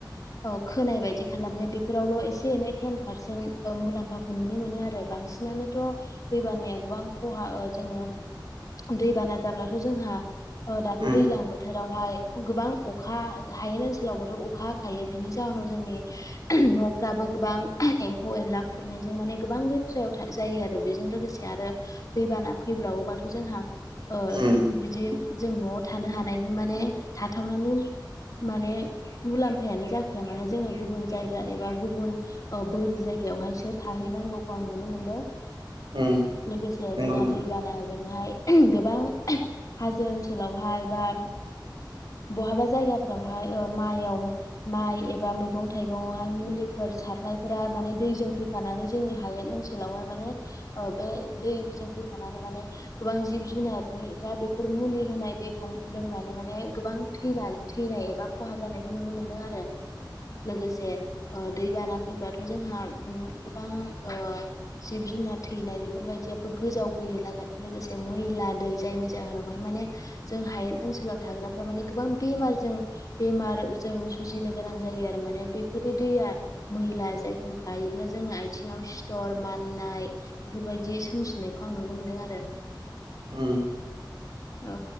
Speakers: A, on the left; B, on the right.
A: ओ खोनाय बायदि खालामनो बेफोरावल' एसे एनै टेन पारसेन्ट ओ मुलाम्फाखौ नुनो मोनो आरो बांसिनानोथ' दैबानाया गोबां खहा जोङो दैबाना जाब्लाथ' जोंहा ओ दाथ'
B: उम
A: दैजलां बोथोरावहाय गोबां अखा हायेन ओनसोलावबोथ' अखा हाखायो बिनि जाहोनाव जोंनि न'फ्राबो गोबां एम्फौ एनला ला खुरनायजों माने गोबां लेथ्रायाव जायो आरो बेजों लोगोसे आरो दैबाना फैब्लावोबाथ' जोंहा ओ
B: उम
A: बिदि जों न'आव थानो हानायनि माने थाथावनायनि माने मुलाम्फायानो जाखाया माने जोङो गुबुन जायगा एबा गुबुन बोरि जायगा बेवहायसो थाहैनांगौखौ आं नुनो मोनदों
B: उम
A: लोगोसे
B: नंगौ
A: जोंहा
B: नोंथां
A: दैबाना जोंहाय गोबां हाजो ओनसोलावहाय बा बहाबा जायगा फ्रावहाय ओ माइआव माइ एबा मैगं थाइगंआवहाय मुलिफोर सारनायफोरा माने दै दै जों फैफानानै जोंनि हायेन ओनसोलावहाय माने ओ बे दै जों फैफानानै माने गोबां जिब जुनारनि जा बेफोर मुलि होनाय दैखौ लोंनानै माने गोबां थैना थैनाय एबा खहा जानायखौ नुनो मोनदों आरो। लोगोसे ओ दैबाना फैबाथ' जोंहा गोबां ओ जिब जुन जुनार थैनाय बेफोरबायदियाबो गोजावबोयो लागो-लोगोसे मैला दै जायनि जाहोनावहाय माने जों हायेन ओनसोलाव थाग्राफ्रा माने गोबां बेमार जों बेमार जों जुजिनो गोनां जायो आरो माने बेफोरनि दैया मैला जायखौ गायोब्ला जों आइथिङाव सिथर माननाय बेफोरबायदि सोमजिनायखौ आं नुनो मोनदों आरो।
B: उम।
A: औ